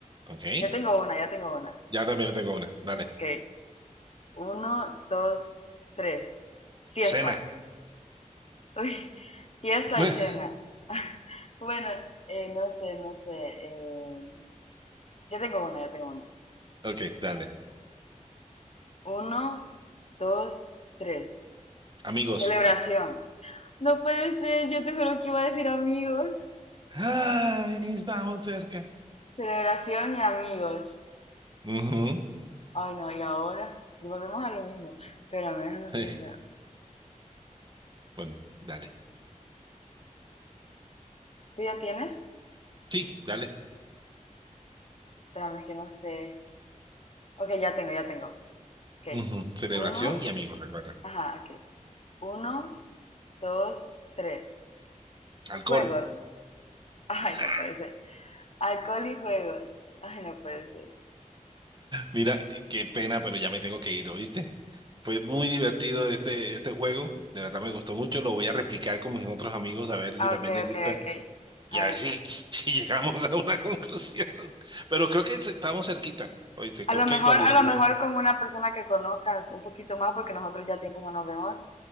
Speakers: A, on the right; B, on the left.
A: Ok.
B: Ya tengo una, ya tengo una.
A: Ya también tengo una. Dale.
B: Ok. Uno, dos, tres. Fiesta.
A: Cena.
B: <laughs> Uy, fiesta
A: <laughs>
B: y cena. Bueno, eh, no sé, no sé. eh, ya tengo una, ya tengo una.
A: Ok, dale.
B: Uno, dos, tres.
A: Amigos.
B: Celebración. No puede ser, yo te juro que iba a decir amigos.
A: Ay, estamos cerca.
B: Celebración y amigos.
A: Ujú.
B: Ay, no, y ahora volvemos a lo mismo. Espérame, déjame
A: <laughs>
B: pensar.
A: Bueno, dale.
B: ¿Tú ya tienes?
A: Sí, dale.
B: Espérame, es que no sé. Ok, ya tengo, ya tengo. Ok.
A: Ujú, Celebración
B: Uno,
A: y amigos, recuerda.
B: ajá, ok. Uno, dos, tres.
A: Alcohol.
B: Juegos. Ay,
A: <laughs>
B: no puede ser. Alcohol y juegos. Ay, no puede ser.
A: Mira, eh, qué pena, pero ya me tengo que ir, ¿oíste? Fue muy divertido este, este juego, de verdad me gustó mucho, lo voy a replicar con mis otros amigos a ver si
B: Ah,
A: también
B: ok,
A: les
B: ok,
A: gusta
B: ok.
A: y
B: A
A: a
B: ver.
A: ver si, <laughs> si llegamos a una <laughs> conclusión. Pero creo que estamos cerquita, ¿oíste?
B: A
A: Creo
B: lo
A: que
B: mejor,
A: cuando
B: a
A: dijimos,
B: lo mejor con una persona que conozcas un poquito más, porque nosotros ya tiempo no nos vemos.